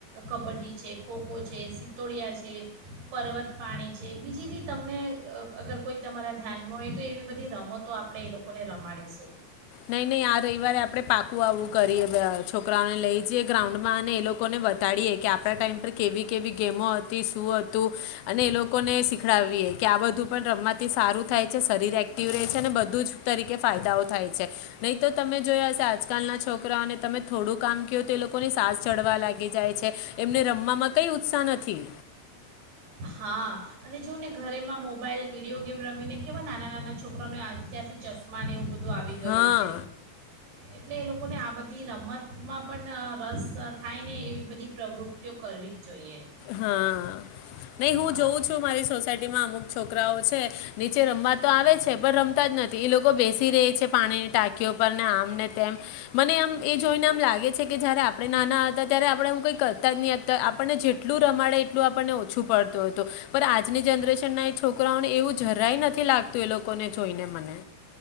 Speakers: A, on the right (about 75°); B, on the left (about 80°).
A: કબડ્ડી છે, ખોખો છે, સિત્તોડિયા છે. છે પર્વત પાણી છે બીજી બી તમને અ અગર કોઈ તમારા ધ્યાનમાં હોય તો એવી બધી રમતો આપણે એ લોકોને રમાડીશું.
B: નય નય આ રવિવારે આપણે પાકું આવું કરીએ છોકરાઓને લઈ જઈએ ગ્રાઉન્ડમાં અને એ લોકોને બતાડીએ કે આપણા ટાઈમ પર કેવી કેવી ગેમો હતી શું હતું અને એ લોકોને શીખડાવીએ કે આ બધું પણ રમવાથી સારું થાય છે શરીર એક્ટિવ રહે છે અને બધું જ તરીકે ફાયદાઓ થાય છે. નય તો તમે જોયા હશે આજકાલના છોકરાઓને તમે થોડું કામ કેવોતો એ લોકોની સાસ ચડવા લાગી જાય છે એમને રમવામાં કઈ ઉત્સાહ નથી.
A: હા અને જોને ઘરેમાં મોબાઈલ, વિડીયો ગેમ રમીને કેવા નાના નાના છોકરાઓને અત્યારથી ચશ્માને એવુ બધું આવી ગયું
B: હા
A: છે. એટલે એ લોકોને આ બધી રમતમાં પણ અ રસ થાય ને એવી બધી પ્રવૃત્તિઓ કરવી જોઈએ
B: હા. અને હું
A: હા
B: જોઉં છું મારી સોસાયટી માં અમુક છોકરા છે નીચે રમવા તો આવે છે પણ રમતા જ નથી એ લોકો બેસી રહે છે પાણીની ટાંકીઓ પર ને આમ ને તેમ મને એમ એ જોઈને આમ લાગે છે કે જયારે આપણે નાના હતા ત્યારે આપણે એવુ કઈ કરતા જ નહી હતા આપણને જે રમાડે એટલું આપણને ઓછું પડતું. હતો પણ આજની જનરેશન છોકરાઓને એવું જરાય નથી લાગતું એ લોકોને જોઈને મને.